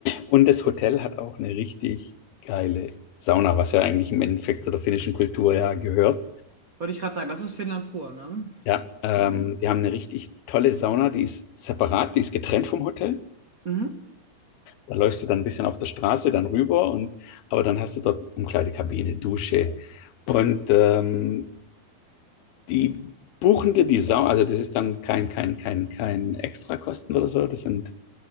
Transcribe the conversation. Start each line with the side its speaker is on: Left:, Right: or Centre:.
Left: Und das Hotel hat auch eine richtig geile Sauna, was ja eigentlich im Endeffekt zu der finnischen Kultur ja gehört.
Right: Wollte ich gerade sagen, das ist Finnland pur, ne?
Left: Ja, ähm, die haben eine richtig tolle Sauna, die ist separat, die ist getrennt vom Hotel.
Right: Mhm.
Left: Da läufst du dann ein bisschen auf der Straße dann rüber und aber dann hast du dort Umkleidekabine, Dusche und ähm, die buchen dir die Sauna, also das ist dann kein kein kein kein Extrakosten oder so, das sind